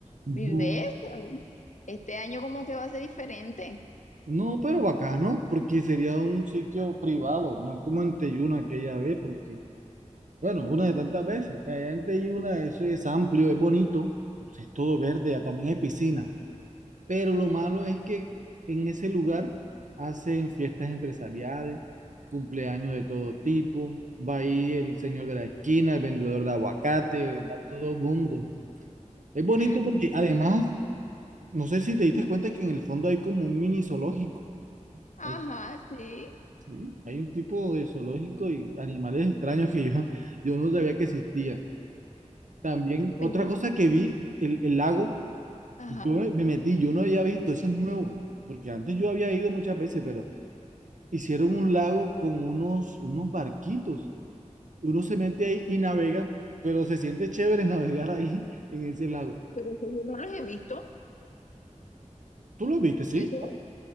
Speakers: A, on the right; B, on the left.
A: Du-
B: ¿Y ves? Este año como que va a ser diferente.
A: No, pero bacano, porque sería un sitio privado, no como en Teyuna aquella vez, porque Bueno, una de tantas veces. Allá en Teyuna eso es amplio, es bonito, es todo verde, ah, también hay piscina. Pero lo malo es que en ese lugar hacen fiestas empresariales, cumpleaños de todo tipo. Va ahí el señor de la esquina, el vendedor de aguacate, va todo el mundo. Es bonito
B: <laughs>
A: porque además, no sé si te diste cuenta que en el fondo hay como un mini zoológico.
B: Ajá,
A: Hay,
B: sí.
A: sí, hay un tipo de zoológico y animales extraños que yo, <laughs> yo no sabía que existían. También, otra
B: Me-
A: cosa que vi, el, el lago,
B: Ajá,
A: yo me, me metí, yo no había visto, eso es nuevo, porque antes yo había ido muchas veces, pero hicieron un lago con unos, unos barquitos. Uno se mete ahí y navega, pero se siente chévere <laughs> navegar ahí en ese lago.
B: pero eso yo no los he visto.
A: ¿Tú lo viste, sí?
B: Eso